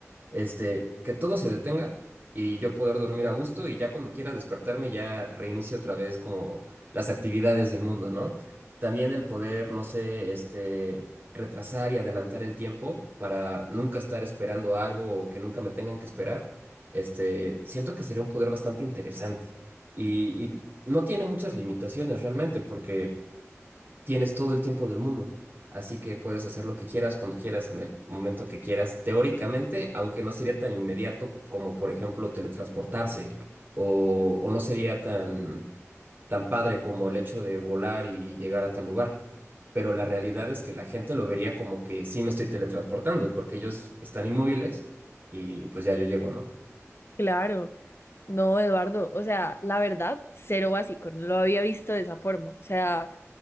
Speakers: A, on the right; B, on the left.
A: este, que todo se detenga y yo poder dormir a gusto y ya cuando quiera despertarme ya reinicio otra vez como las actividades del mundo, ¿no? También el poder, no sé, este, retrasar y adelantar el tiempo para nunca estar esperando algo o que nunca me tengan que esperar este, siento que sería un poder bastante interesante. Y, y no tiene muchas limitaciones realmente, porque tienes todo el tiempo del mundo. Así que puedes hacer lo que quieras, cuando quieras, en el momento que quieras, teóricamente, aunque no sería tan inmediato como, por ejemplo, teletransportarse, o, o no sería tan, tan padre como el hecho de volar y llegar a tal lugar. Pero la realidad es que la gente lo vería como que sí me estoy teletransportando, porque ellos están inmóviles y pues ya yo llego, ¿no?
B: Claro, no, Eduardo. O sea, la verdad, cero básico. No lo había visto de esa forma. O sea...